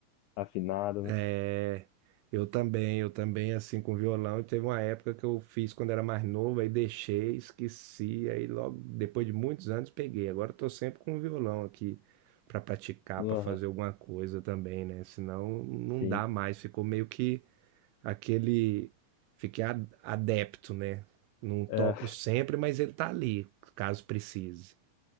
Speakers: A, on the left; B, on the right.
A: afinada, né?
B: É, eu também, eu também, assim, com violão, e teve uma época que eu fiz quando era mais novo, aí deixei, esqueci, aí logo depois de muitos anos peguei. Agora eu tô sempre com o violão aqui para praticar, para
A: Aham,
B: fazer alguma coisa também, né? Senão não
A: sim.
B: dá mais, ficou meio que aquele, fiquei a- adepto, né? Não toco
A: É,
B: sempre, mas ele tá ali, caso precise.